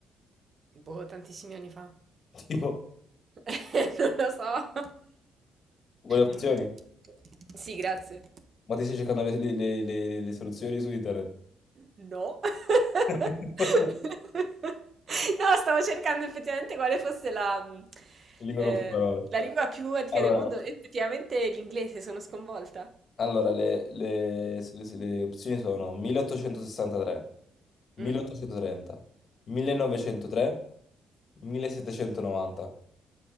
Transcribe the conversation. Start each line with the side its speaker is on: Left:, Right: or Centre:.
Right: Boh, tantissimi anni fa.
Left: <laughs> Tipo,
Right: <laughs> Non lo so.
Left: vuole opzioni?
Right: Mm, Sì, grazie.
Left: Ma ti stai cercando le le- le- le- le soluzioni su internet?
Right: No. <laughs>
Left: <laughs>
Right: No, stavo cercando effettivamente quale fosse la, mm,
Left: Lingua
Right: eh,
Left: con più parole.
Right: la lingua più antica
Left: Allora,
Right: del mondo. Effettivamente l'inglese, sono sconvolta.
Left: allora, le, le- le- le opzioni sono 1863, 1830,
Right: Mm.
Left: 1903, 1790,